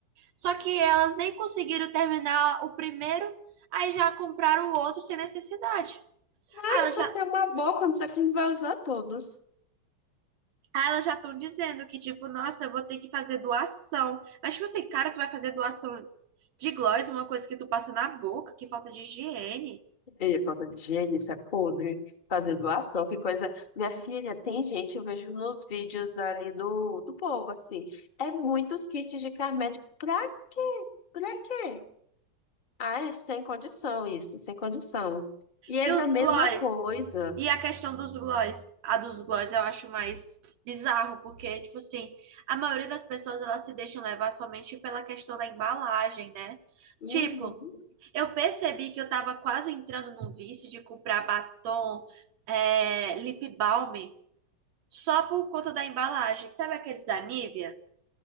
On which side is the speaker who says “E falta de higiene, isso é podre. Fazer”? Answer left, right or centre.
Left